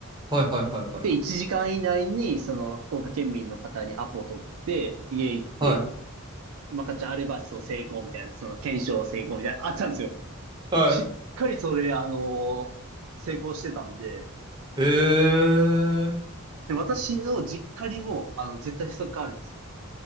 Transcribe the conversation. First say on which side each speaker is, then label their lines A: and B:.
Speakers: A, on the right (about 20°); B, on the right (about 75°).
A: はいはいはいはい。
B: で、1時間以内に、その、福岡県民の方にアポ取って、家行って、
A: はい。
B: まかちゃんあれば、そう、成功みたいな、その、検証成功みたいな、あったんですよ。
A: はい。
B: しっかりそれ、あの成功してたんで、
A: へえ。
B: で、私の実家にも、あの、絶対ストックあるんですよ。